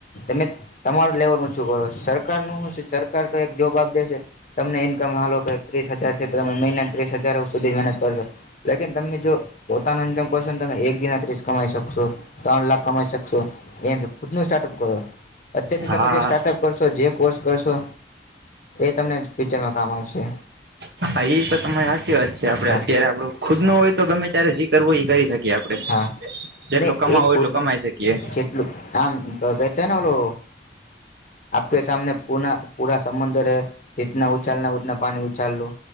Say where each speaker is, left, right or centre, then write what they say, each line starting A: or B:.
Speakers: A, on the left; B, on the right.
A: તમે તમારું લેવલ ઉચું કરો સરકારનુ હુ છે, સરકાર તો એક જોબ આપ દેશે તમને ઇન્કમ હાલો કે ત્રીસ હજાર છે, તો તમે મહિના ત્રીસ હજાર સુધી મહેનત કરજો લેકીન તમે જો પોતાનું ઈનકમ પરસન તમે એક દિના ત્રીસ કમાઈ શકશો ત્રણ લાખ કમાઈ શકશો એમ ખુદનું સ્ટાર્ટ કરો અત્યારથી
B: હા
A: તમે જે સ્ટાર્ટઅપ કરશો જે કોર્સ કરશો એ તમને ફિક્ચરમાં કામ આવશે
B: હા એ તો તમાને હાચી વાત છે, આપડે
A: હા
B: અત્યારે આપડું ખુદનું હોય તો ગમે ત્યારે જી કરવુ એ કરી શક કીયે આપડે.
A: હા
B: જેટલું
A: ને
B: કમાવું
A: એ ખુદ
B: એટલું કમાઈ શકીએ
A: જેટલું આમ કેતા ને ઓલુ આપકે સામને પુન પૂરા સમંદર હૈ જીતના ઉછાલના ઉતના પાણી ઉછાલ લો